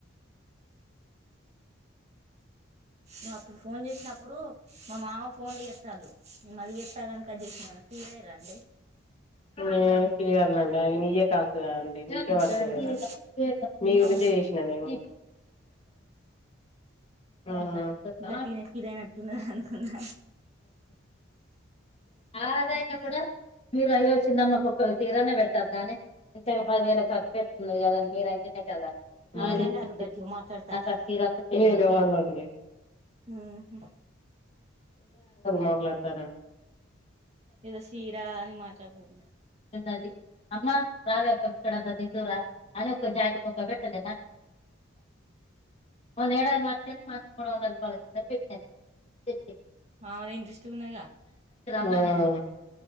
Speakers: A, on the right; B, on the left.
A: నువ్వు అప్పుడు ఫోన్ చేసినప్పుడు మా మామ ఫోన్లు చేస్తాన్డు మళ్ళీ చేత్త ఆగు అని కట్ చేసిన టీ తాగిర్రా ఆన్డి
B: ఏమ్ తిరిగలనండి అవి నియ్యే కాల్స్ కాండి వతాయి
A: ఉమ్
B: కదా మీ గురించే
A: అవును
B: చేసిన నేను ఆ
A: గట్టిగనే ఫీల్ అయినట్టున్నది అనుకున్నా
B: ఆదైనా కూడా మీరు అయ్యో చిన్నమ్మాకు ఒక చీరన్న పెట్టద్దానే ఇంక పది వేల ఖర్చు పెట్టుకున్నది కద మీరు అయితే కదా
A: ఎవలంటే
B: మరి
A: వాళ్ళు గట్టిగా మాట్లాడతారు
B: నాకు ఆ చీర అద్దు ఏవళ్లకు లేదు
A: ఉహు
B: మాట్లాడుతారంటా
A: ఏదో చీరా అని మాట్లాడతారు
B: న్నది అమ్మా రావే ఒక బుక్కడంత తిన్దువు రా అని ఒక జాకిటి ముక్క పెట్టలే నా మొన్న ఏడది మాసికనికి మనిషికి మూడు వందల రూపాల చీరలు పెట్టిన
A: ఆమెదే ఇంట్రెస్ట్ ఉన్నదిగా
B: ఆ